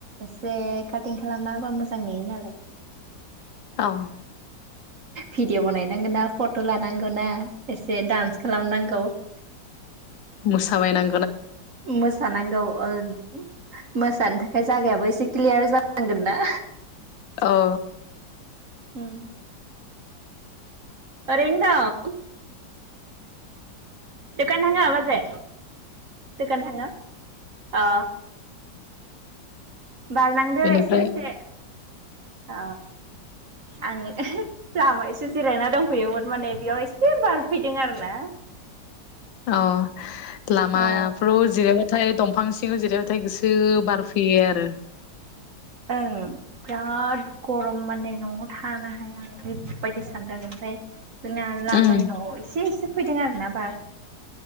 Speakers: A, on the right (about 50°); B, on the left (about 85°).
A: एसे काटिं खालामना होबा मोजां नुयो नालाय।
B: औ।
A: भिडिअ बानायनांगौ ना फट' लानांगौ ना एसे दडान्स खालामनांगौ।
B: मोसाबायनां
A: मोसानांगौ ओं। मोसानो थाखाय जागायाबो एसे क्लियार जानांगोन ना।
B: औ।
A: उम। ओरैनो दं। दखान थाङो बाजै? दखान थाङो? अ। बारलांदो
B: बेनिफ्राय
A: एसे एसे औ आं लामा एसे जिरायना दंहैयोमोन माने बेयाव एसे बारफैदों आर ना
B: अ लामाफ्राव
A: अ
B: जिरायबाथाय दंफां सिङाव जिरायबथाय थाय गोसो बार फैयो आरो
A: ओं बिराद गरम माने न'आव थानो हाया ओरैबायदि सानदों ओमफ्राय जोंना लामायाव
B: उम
A: एसे एसे फैदों आर ना बार।